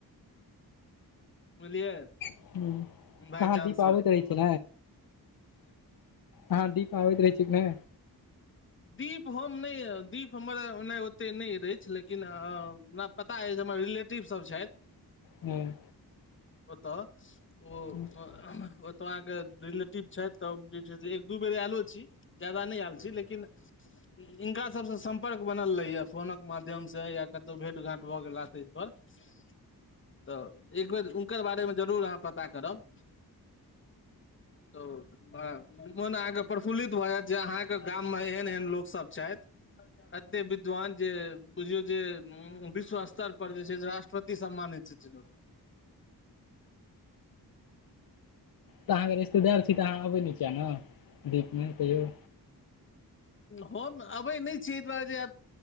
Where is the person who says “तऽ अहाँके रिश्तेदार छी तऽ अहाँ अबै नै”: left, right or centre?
Left